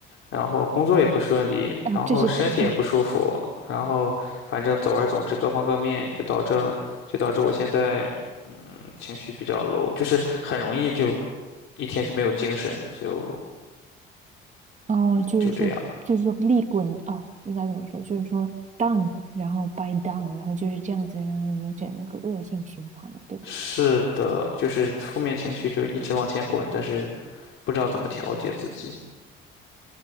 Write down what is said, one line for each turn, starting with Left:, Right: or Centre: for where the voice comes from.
Left: 然后工作也不顺利，
Right: 啊，
Left: 然后身体也不舒服，
Right: 这是 <laughs>
Left: 然后反正总而总之各方各面就导致就导致我现在情绪比较 low，就是很容易就一天就没有精神，就
Right: 哦，就是说，
Left: 就这样。
Right: 就是说利滚啊，应该怎么说？就是说 down，然后 by down，然后就是这样子，让你整一个恶性循环了，对吧？
Left: 是的，就是负面情绪就一直往前滚，但是不知道怎么调节自己。